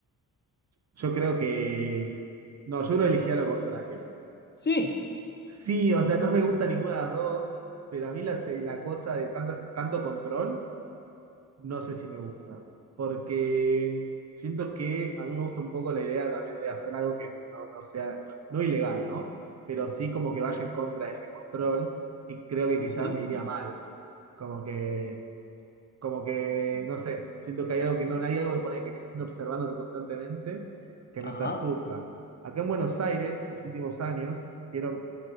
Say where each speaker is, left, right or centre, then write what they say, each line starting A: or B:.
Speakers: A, on the right; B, on the left.
A: yo creo que. No, yo creo que elegía lo contrario.
B: Sí.
A: Sí, o sea, no me gusta ninguna de las dos, pero a mí la, se- la cosa de tantas, tanto control, no sé si me gusta. Porque siento que a mí me gusta un poco la idea también de hacer algo que no, no sea, no ilegal, ¿no? Pero sí como que vaya en contra de ese control y creo que
B: Ujú.
A: quizás me iría mal. Como que Como que, no sé, siento que hay algo que no hay algo de poner que me estén observando constantemente que me
B: Ajá.
A: perturba. Acá en Buenos Aires, los últimos años, hicieron,